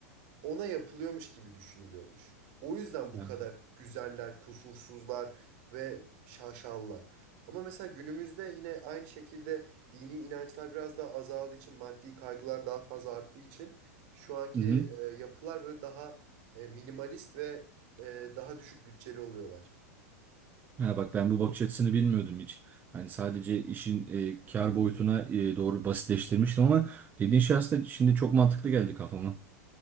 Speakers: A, on the right; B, on the right.
A: ona yapılıyormuş gibi düşünülüyormuş. O yüzden bu
B: Ya.
A: kadar güzeller, kusursuzlar ve şaşalılar. Ama mesela günümüzde yine aynı şekilde dini inançlar biraz daha azaldığı için, maddi kaygılar daha fazla arttığı için şu anki
B: Hı hı.
A: e, yapılar böyle daha e, minimalist ve e, daha düşük bütçeli oluyorlar.
B: Ha bak ben bu bakış açısını bilmiyordum hiç. Hani sadece işin e, kar boyutuna e, doğru basitleştirmiştim ama dediğin şey aslında şimdi çok mantıklı geldi kafama.